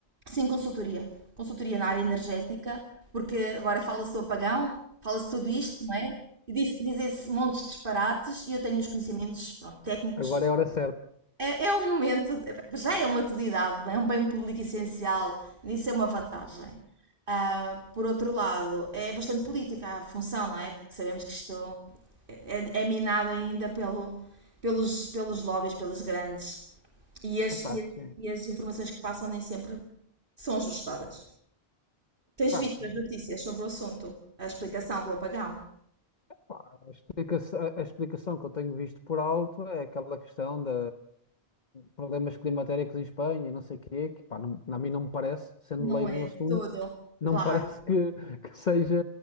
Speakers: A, on the right; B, on the left.
A: Sim, consultoria. Consultoria na área energética, porque agora fala-se do apagão, fala-se tudo isto, não é? E diz- Dizem-se montes de disparates e eu tenho os conhecimentos pronto, técnicos.
B: Agora é a hora certa.
A: É, é um momento, já é uma utilidade, não é É um bem público essencial, isso é uma vantagem. Ah, por outro lado, é bastante política a função, não é? Porque sabemos que isto é, é minado ainda pelo, pelos, pelos lobbies, pelas grandes. E as,
B: Epá,
A: e, as,
B: sim.
A: e as informações que passam nem sempre são ajustadas. Tens
B: Epá,
A: visto
B: sim.
A: as notícias sobre o assunto, a explicação do apagão?
B: Pá, A explica- a- explicação que eu tenho visto por alto é aquela questão de problemas climatéricos em Espanha e não sei o quê, que pá, não, a mim não me parece, sendo
A: Não
B: leigo
A: é
B: no assunto,
A: de todo
B: não
A: claro.
B: me parece que, que seja,